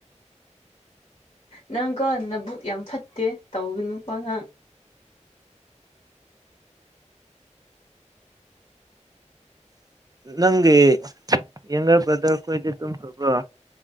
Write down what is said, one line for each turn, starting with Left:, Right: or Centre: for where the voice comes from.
Left: ꯅꯪꯀꯣ ꯅꯕꯨꯛ ꯌꯥꯝ ꯐꯠꯇꯦ ꯇꯧꯒꯅꯨꯀꯣ ꯅꯪ
Right: ꯅꯪꯒꯤ ꯌꯦꯡꯒꯔ ꯕ꯭ꯔꯗꯔ ꯈꯣꯏꯗꯤ ꯇꯨꯝꯈ꯭ꯔꯕ